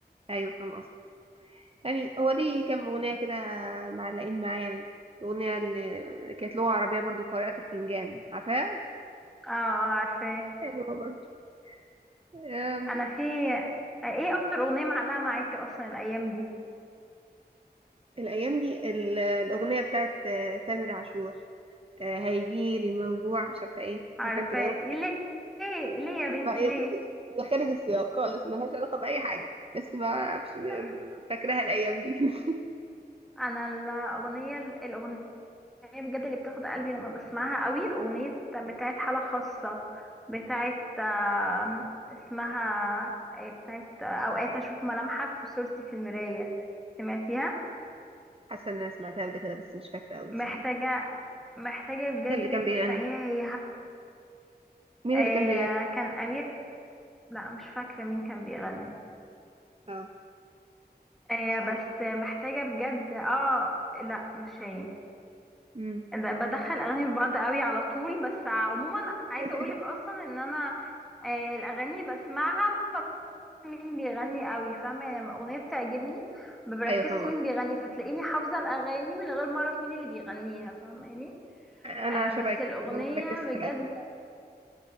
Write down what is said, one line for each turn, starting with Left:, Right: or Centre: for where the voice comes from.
Right: ايوه فاهم قصدي يعني هو ليه كام أغنية كده معلقين معايا يعني الأغنية اللي كانت لغة عربية برضو قارئة الفنجان عارفاها؟
Centre: اه اه عارفاه
Right: حلوة برضو أم،
Centre: انا في ايه اكتر اغنيه معلقه معاكي اصلا الايام دي
Right: الأيام دي ال- الأغنية بتاعت آه، تامر عاشور آه، هيجيلي موجوع مش عارفة ايه
Centre: عارفاه
Right: عارفة انت الأغنية
Centre: ليه ليه ليه يا بنتي
Right: بقى ايه
Centre: ليه
Right: بصي هي خارج السياق خالص ملهاش علاقة بأي حاجة بس ما أعرفش
Centre: <laughs>
Right: فاكراها الأيام دي <laughs>
Centre: انا الاغنيه الاغنيه بجد اللي بتاخد قلبي لما بسمعها قوي اغنيه بتاعت حاله خاصه بتاعت آم، اسمها إيه، بتاعت اوقات اشوف ملامحك في صورتي في المرايه سمعتيها
Right: حاسة إن أنا سمعتها قبل كده بس مش فاكرة أوي
Centre: محتاجه
Right: بصراحة
Centre: محتاجه بجد
Right: مين اللي كان
Centre: تسمعيها
Right: بيغني؟
Centre: هي هب-
Right: مين
Centre: آه،
Right: اللي كان بيغني؟
Centre: كان امير لا مش فاكره مين كان بيغني
Right: اه
Centre: آه،
Right: مش عارفة
Centre: بس محتاجه بجد اه لا مش هي
Right: أمم.
Centre: ده- بدخل اغاني في بعض قوي على طول بس عموما عايزه
Right: <laughs>
Centre: اقولك اصلا ان انا آه، الاغاني بسمعها ما بعرفش مين بيغني قوي فاهمه يعني لما اغنيه بتعجبني ما بركزش
Right: ايوه فاهمة
Centre: مين بيغني فتلاقيني حافظه الاغاني من غير ما اعرف مين اللي بيغنيها فاهماني
Right: انا
Centre: آه
Right: شبه
Centre: بس
Right: كده
Centre: الاغنيه
Right: مركز في
Centre: بجد
Right: الاسماء